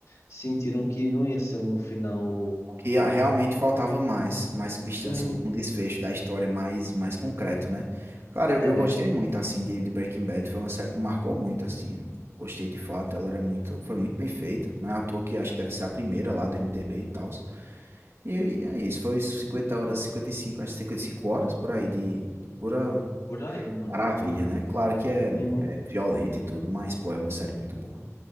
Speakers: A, on the left; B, on the right.
A: sentiram que não ia ser um final
B: Que ah, realmente faltava mais, mais substância,
A: Uhum.
B: um desfecho da história mais, mais concreto, né? Cara, eu,
A: É,
B: eu gostei muito, assim, de, de Breaking Bad. Foi uma série que marcou muito, assim. Gostei de fato. Ela era muito, foi muito bem feita. Não é à toa que acho que deve ser a primeira lá do MDB e tal. E é isso, foi 50 horas, 55 acho que 55 horas por aí de, de pura
A: por aí, mano.
B: maravilha, né? Claro que é,
A: Uhum.
B: é violento e tudo, mas pô, é uma série muito boa.